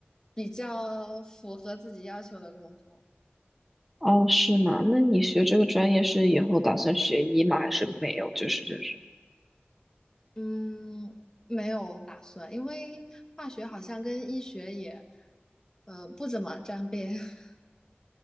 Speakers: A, on the left; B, in the centre.
A: 比较符合自己要求的工作。
B: 哦，是吗？那你学这个专业是以后打算学医吗？还是没有？就是就是。
A: 嗯，没有打算，因为化学好像跟医学也，呃，不怎么沾边。<laughs>